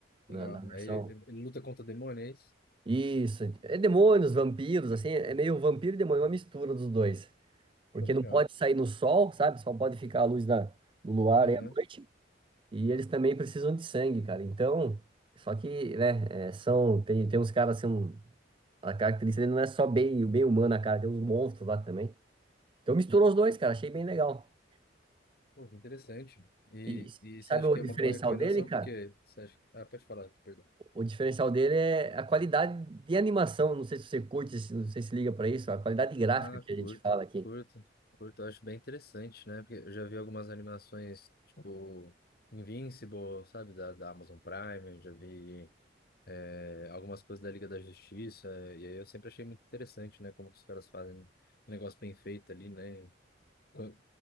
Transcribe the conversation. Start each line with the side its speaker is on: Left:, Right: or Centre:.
Right: na,
Left: legal.
Right: na versão.
Left: É, ele, ele luta contra demônios?
Right: Isso, é demônios, vampiros, assim, é meio vampiro e demônio, uma mistura dos dois. Porque
Left: Pô, legal.
Right: não pode sair no sol, sabe? Só pode ficar a luz da, do luar
Left: Aham,
Right: aí à noite. E eles também precisam de sangue, cara. Então, só que, né, é, são, tem, tem uns caras assim, um, a característica dele não é só bem, o bem humano, cara, tem uns monstros lá também. Então misturou os dois, cara, achei bem legal.
Left: Pô, que interessante. E,
Right: E s-
Left: e
Right: sabe
Left: você acha
Right: o
Left: que
Right: diferencial
Left: é uma boa recomendação?
Right: dele, cara?
Left: Porque você acha... Ah, pode falar, perdão.
Right: O diferencial dele é a qualidade de animação, não sei se você curte, se- não sei se liga pra isso, a qualidade gráfica
Left: Ah,
Right: que
Left: curta,
Right: a gente fala aqui.
Left: curta, curta. Eu acho bem interessante, né? Porque eu já vi algumas animações, tipo Invincible, sabe? Da, da Amazon Prime, eu já vi é, algumas coisas da Liga da Justiça. E aí eu sempre achei muito interessante, né? Como que os caras fazem um negócio bem feito ali, né? co-